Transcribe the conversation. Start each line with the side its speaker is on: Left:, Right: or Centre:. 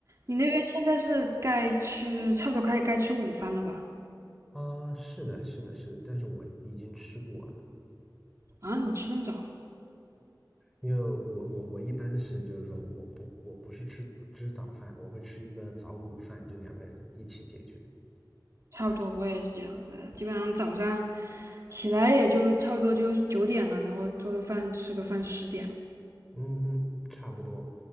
Right: 你那边现在是该吃，差不多快该吃午饭了吧？
Centre: 啊，是的，是的，是的，但是我已经吃过了，
Right: 啊，你吃这么早？
Centre: 因为我我我一般是就是说我不我不是吃吃早饭，我会吃一个早午饭，就两个人一起解决。
Right: 差不多，我也是这样。的，基本上早上起来也就差不多就九点了，然后做做饭，吃个饭，十点了。
Centre: 嗯嗯，差不多。